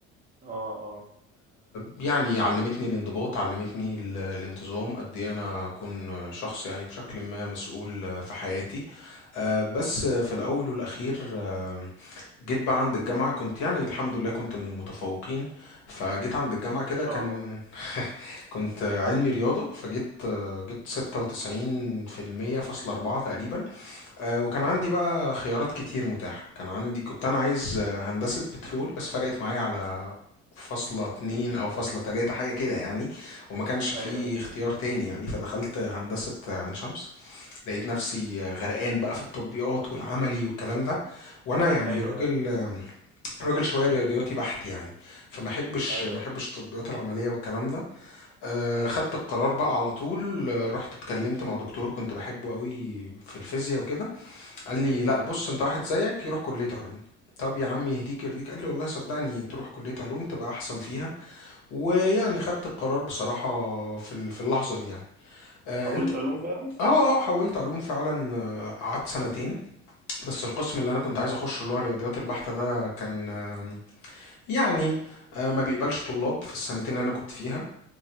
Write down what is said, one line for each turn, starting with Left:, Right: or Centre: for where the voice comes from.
Right: اه اه
Left: يعني علمتني الانضباط علمتني ال- الانتظام قد ايه انا اكون شخص يعني بشكل ما مسؤول في حياتي آه، بس في الاول والاخير آه، جيت بقى عند الجامعة كنت يعني الحمد لله كنت من المتفوقين فجيت عند الجامعة كده
Right: ما شاء
Left: كان
Right: الله
Left: كنت علمي رياضة فجيت آه، جبت ستة وتسعين في المية فاصلة أربعة تقريبا آه، وكان
Right: ايوه
Left: عندي بقى خيارات كتير متاحة كان عندي كنت أنا عايز آه، هندسة بترول بس فرقت معايا على فاصلة اتنين
Right: أمم.
Left: أو فاصلة تلاتة حاجة كده يعني وما كانش فيه
Right: ايوه ايوه
Left: اختيار تاني يعني فدخلت آه، هندسة آه، عين شمس لقيت نفسي آه، غرقان بقى في التطبيقات والعملي والكلام ده وأنا يعني
Right: ايوه
Left: راجل
Right: ايوه
Left: آه، راجل شوية رياضياتي بحت يعني فما احبش
Right: ايوه
Left: ما احبش التطبيقات العملية والكلام ده آه،
Right: أمم.
Left: خدت القرار بقى على طول آه، رحت اتكلمت مع دكتور كنت بحبه قوي في الفيزياء وكده قال لي
Right: أمم.
Left: لا
Right: أمم.
Left: بص انت واحد زيك يروح كلية علوم طب يا عم يهديك يرضيك قال لي والله صدقني تروح كلية علوم تبقى احسن فيها ويعني خدت القرار بصراحة في ال- في اللحظة دي يعني آه
Right: وحولت
Left: انت
Right: علوم فعلا
Left: اه اه حولت علوم فعلا آه، قعدت سنتين بس القسم اللي انا كنت عايز اخشه اللي هو الرياضيات البحتة ده كان آم، يعني آه، ما بيقبلش طلاب في السنتين اللي انا كنت فيها